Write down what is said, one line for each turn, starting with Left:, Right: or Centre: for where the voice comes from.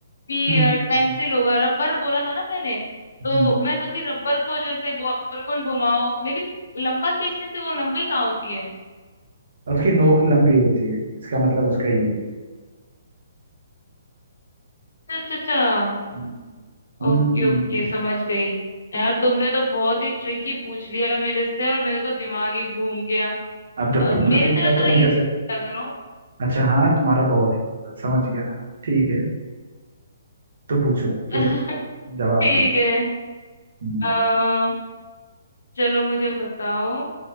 Left: कि
Right: हम्म
Left: पेंसिल होगा रबर बोला था ना मैंने तो
Right: हम्म।
Left: मैं सोची रबर को जैसे गोल गोल घुमाओ लेकिन लंबा खींचने से वो लंबी कहाँ होती है
Right: और उसकी नोक लंबी होती है इसका मतलब उसका ये है
Left: अच्छा अच्छा अच्छा
Right: हम्म
Left: ओके
Right: हम्म।
Left: ओके समझ गई यार तुमने तो बहुत ही ट्रिकी पूछ लिया मेरे से और मेरा तो दिमाग ही घूम गया
Right: अब जब
Left: अब
Right: तुमने
Left: मेरी
Right: पूछा
Left: तरह थोड़ा
Right: तो
Left: इजी
Right: मैं कैसे
Left: पूछा करो
Right: अच्छा हाँ तुम्हारा बहुत ही समझ गया हाँ ठीक है तुम पूछो
Left: <laughs>
Right: फिर जवाब
Left: ठीक
Right: दे
Left: है
Right: हम्म,
Left: अ, चलो मुझे बताओ